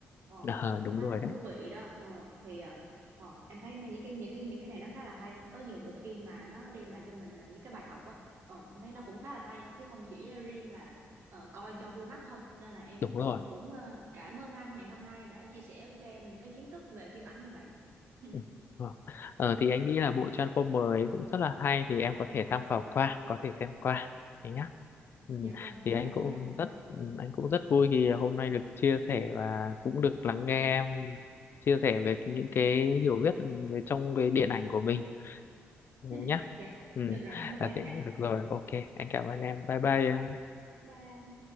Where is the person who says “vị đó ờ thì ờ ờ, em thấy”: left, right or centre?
Right